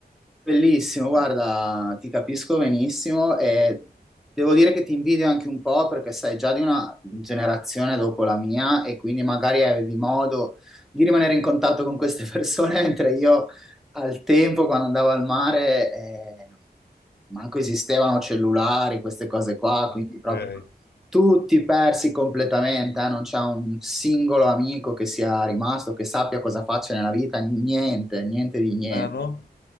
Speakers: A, in the centre; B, on the left.
A: Bellissimo, guarda, ti capisco benissimo e devo dire che ti invidio anche un po' perché sei già di una generazione dopo la mia e quindi magari avevi modo di rimanere in contatto con queste persone, <laughs> mentre io al tempo, quando andavo al mare, eh, manco esistevano cellulari, queste cose qua,
B: Ok.
A: quindi proprio tutti persi completamente, eh, Non c'è un singolo amico che sia rimasto, che sappia cosa faccio nella vita, niente, niente di niente.
B: Ah no?